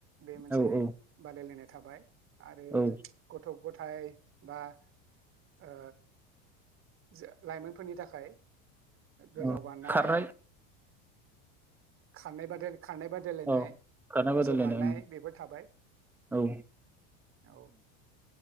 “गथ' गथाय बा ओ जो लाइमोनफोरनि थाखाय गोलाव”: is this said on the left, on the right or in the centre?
Right